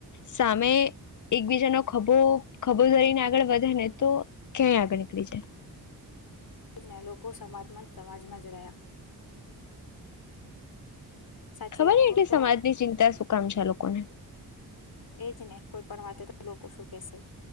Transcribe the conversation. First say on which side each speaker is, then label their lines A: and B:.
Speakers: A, on the left (about 50°); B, on the left (about 70°).
A: સામે એકબીજાનો ખભો ખભો ધરીને આગળ વધે ને તો ક્યાંય આગળ નીકળી છે
B: ને લોકો સમાતમાન સમાજમાં જ રહ્યા સાચી
A: ખબર
B: વાત
A: એટલે
B: કવ તો
A: સમાજની ચિંતા શું કામ છે લોકોને
B: એજ ને કોઈ પણ વાતે તો લોકો શું કેશે